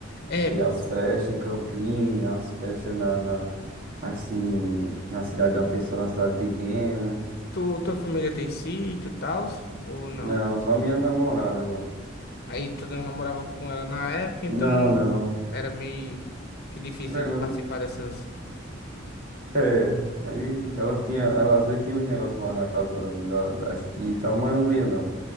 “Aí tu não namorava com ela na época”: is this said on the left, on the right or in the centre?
Left